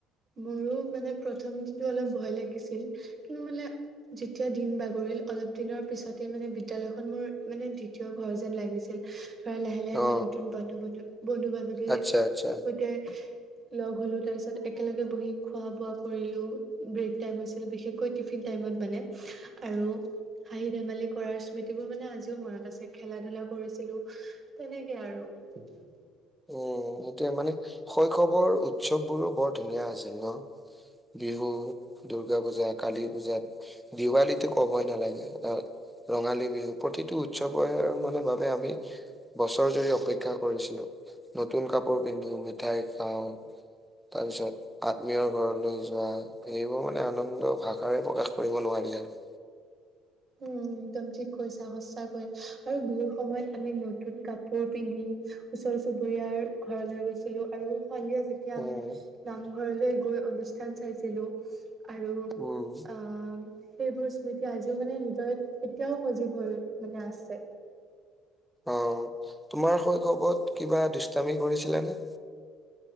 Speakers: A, on the right; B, in the centre.
A: মোৰো মানে প্ৰথম দিনটো অলপ ভয় লাগিছিল কিন্তু মানে যেতিয়া দিন বাগৰিল অলপ দিনৰ পিছতে মানে বিদ্যালয়খন মোৰ মানে দ্বিতীয় ঘৰ যেন লাগিছিল। ধৰা লাহে লাহে
B: অ
A: মমই নতুন বান্ধু বানধু বন্ধু বান্ধৱীৰ
B: আচ্ছা
A: সৈতে
B: আচ্ছা
A: লগ হলো তাৰ পিছত একেলগে বহি খোৱা বোৱা কৰিলো ব্ৰেক টাইম হৈছিল বিশেষকৈ টিফিন টাইমত মানে আৰু হাঁহি ধেমালি কৰাৰ স্মৃতিবোৰ মানে আজিও মনত আছে খেলা ধূলা কৰিছিলো। তেনেকে আৰু। িক <inaudible>
B: উম সেইটোৱে মানে শৈশৱৰ উৎসৱ বোৰো বৰ ধুনীয়া আছিল ন'। বিহু, দূৰ্গা পূজা, কালী পূজাত। দিৱালীটো ক'বই নালাগে অ'। ৰঙালী বিহু প্ৰতিটো উৎসৱৰ মানে বাবে আমি বছৰ জুৰি অপেক্ষা কৰিছিলো, নতুন কাপোৰ পিন্ধো মিঠাই খাওঁ। তাৰপিছত আত্মীয়ৰ ঘৰলৈ যোৱা সেইবোৰ মানে আনন্দ ভাষাৰে প্ৰকাশ কৰিব নোৱাৰি আৰু।
A: উম, একদম ঠিক কৰিছা সচাকৈ আৰু বিহুৰ সময়ত আমি নতুন কাপোৰ পিন্ধি ওচৰ চুবুৰীয়াৰ ঘৰলৈ গৈছিলো আৰু সন্ধিয়া এতিয়া
B: উম,
A: মানে নামঘৰলৈ গৈ অনুষ্ঠান চাইছিলো। আৰু
B: উম,
A: অ', সেইবোৰ স্মৃতি আজি মানে হৃদয়ত এতিয়াও সজীৱ হৈ মানে আছে।
B: অ', তোমাৰ শৈশৱত কিবা দুষ্টামি কৰিছিলে নে?